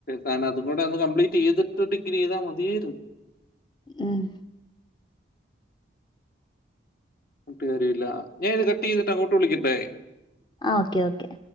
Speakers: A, on the left; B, on the left.
A: താൻ അതും കൂടെയൊന്ന് കംപ്ലീറ്റെയ്ത്ട്ട് ഡിഗ്രി ചെയ്താ മതിയായ്ര്ന്ന്
B: ഉം
A: പറഞ്ഞ്ട്ട് കാര്യവില്ലാ ഞാ ഇത് കട്ടെയ്തിട്ട് അങ്ങോട്ട് വിളിക്കട്ടെ?
B: ആഹ് ഓക്കെ ഓക്കെ